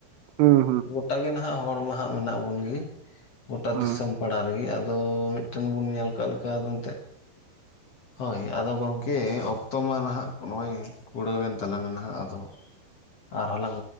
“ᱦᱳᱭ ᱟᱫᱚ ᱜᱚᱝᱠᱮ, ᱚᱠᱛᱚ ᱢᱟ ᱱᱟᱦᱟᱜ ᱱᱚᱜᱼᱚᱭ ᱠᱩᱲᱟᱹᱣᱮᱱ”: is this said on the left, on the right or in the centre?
Left